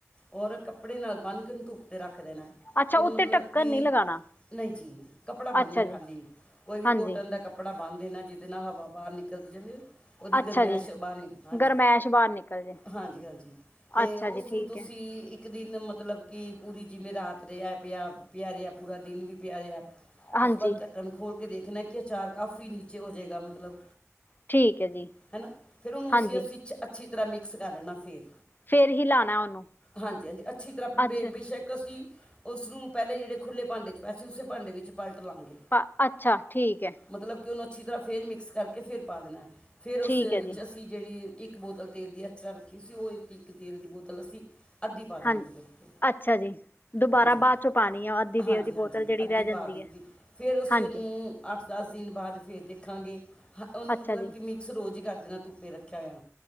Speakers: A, on the left; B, on the left.
A: ਓਰ ਕੱਪੜੇ ਨਾਲ ਬੰਨ੍ਹਕੇ ਉਹਨੂੰ ਧੁੱਪ ਤੇ ਰੱਖ ਦੇਣਾ ਏ,
B: ਅੱਛਾ
A: ਓਰ
B: ਉੱਤੇ
A: ਮਤਲਬ
B: ਢੱਕਣ
A: ਕਿ
B: ਨਹੀਂ ਲਗਾਉਣਾ
A: ਨਹੀਂ ਜੀ, ਕੱਪੜਾ ਬਣਨਾ
B: ਅੱਛਾ ਜੀ
A: ਖਾਲੀ ਕੋਈ ਵੀ
B: ਹਾਂਜੀ
A: ਕੋਟਨ ਦਾ ਕੱਪੜਾ ਬੰਨ ਦੇਣਾ, ਜਿ ਜਿਹਦੇ ਨਾਲ ਹਵਾ ਬਾਹਰ ਨਿਕਲਦੀ ਜਾਵੇ, ਉਹਦੀ
B: ਅੱਛਾ
A: ਗਰਮੈਸ਼
B: ਜੀ
A: ਬਾਹਰ ਨਿਕ, ਹਾਂਜੀ।
B: ਗਰਮੈਸ਼ ਬਾਹਰ ਨਿਕਲ ਜੇ
A: ਹਾਂਜੀ-ਹਾਂਜੀ, ਤੇ
B: ਅੱਛਾ
A: ਉਸਨੂੰ
B: ਜੀ ਠੀਕ
A: ਤੁਸੀਂ
B: ਹੈ
A: ਇੱਕ ਇੱਕ ਦਿਨ ਮਤਲਬ ਕਿ, ਪੂਰੀ ਜਿਮੇ ਰਾਤ ਰਿਹਾ, ਪਿਆ-ਪਿਆ ਰਿਹਾ, ਪੂਰਾ ਦਿਨ ਵੀ ਪਿਆ ਰਿਹਾ
B: ਹਾਂਜੀ
A: ਉਸ ਤੋਂ ਬਾਅਦ ਢੱਕਣ ਖੋਲਕੇ ਦੇਖਣਾ ਕਿ, ਅਚਾਰ ਕਾਫ਼ੀ ਨੀਚੇ ਹੋਜੇਗਾ ਮਤਲਬ।
B: ਠੀਕ ਹੈ ਜੀ
A: ਹੈਨਾ, ਫਿਰ ਉਹਨੂੰ
B: ਹਾਂਜੀ
A: ਅਸੀਂ-ਅਸੀਂ, ਅੱਛੀ ਤਰ੍ਹਾਂ ਮਿਕਸ ਕਰ ਲੈਣਾ ਫੇਰ।
B: ਫਿਰ ਹਿਲਾਉਣਾ ਉਹਨੂੰ
A: ਹਾਂਜੀ-ਹਾਂਜੀ, ਅੱਛੀ ਤਰ੍ਹਾਂ
B: ਅੱਛਾ
A: ਬੇ, ਬੇਸ਼ੱਕ ਅਸੀ ਉਸਨੂੰ ਪਹਿਲੇ ਜਿਹੜੇ ਖੁੱਲੇ ਭਾਂਡੇ'ਚ, ਵੈਸੇ ਉਸੇ ਭਾਂਡੇ ਵਿੱਚ ਪਲਟ ਲਾਂਗੇ।
B: ਆ, ਅੱਛਾ, ਠੀਕ ਐ।
A: ਮਤਲਬ ਕਿ, ਉਹਨੂੰ ਅੱਛੀ ਤਰ੍ਹਾਂ ਫੇਰ ਮਿਕਸ ਕਰਕੇ ਫੇਰ ਪਾ ਦੇਣਾ, ਫੇਰ
B: ਠੀਕ
A: ਉਸੇ
B: ਹੈ
A: ਵਿੱਚ
B: ਜੀ
A: ਅਸੀ ਜਿਹੜੀ ਇੱਕ ਬੋਤਲ ਤੇਲ ਦੀ ਐਕਸਰਾ ਰੱਖੀ ਸੀ, ਉਹ ਇੱਕ ਇੱਕ ਤੇਲ ਦੀ ਬੋਤਲ ਅਸੀ ਅੱਧੀ ਪਾ ਦਾਂਗੇ,
B: ਹਾਂਜੀ
A: ਉਹਦੇ ਉੱਤੇ
B: ਅੱਛਾ ਜੀ ਦੁਬਾਰਾ
A: ਹਾਂਜੀ,
B: ਬਾਅਦ 'ਚੋਂ ਪਾਉਣੀ ਆ ਅੱਧੀ ਦੇਰ
A: ਹਾਂਜੀ-ਹਾਂਜੀ।
B: ਦੀ ਬੋਤਲ ਜਿਹੜੀ
A: ਅੱਧੀ
B: ਰਹਿ ਜਾਂਦੀ
A: ਪਾ ਦਿੱਤੀ,
B: ਹੈ
A: ਫੇਰ ਔਸੀ
B: ਹਾਂਜੀ
A: ਉਹਨੂੰ ਅੱਠ-ਦਸ ਦਿਨ ਬਾਅਦ ਫੇਰ ਦੇਖਾਂਗੇ, ਹ ਉਹਨੂੰ
B: ਅੱਛਾ
A: ਮਤਲਬ
B: ਜੀ
A: ਕਿ ਮਿ ਕਸ ਰੋਜ਼ ਹੀ ਕਰਦੇਣਾ, ਧੁੱਪੇ ਰੱਖਿਆ ਹੋਇਆ।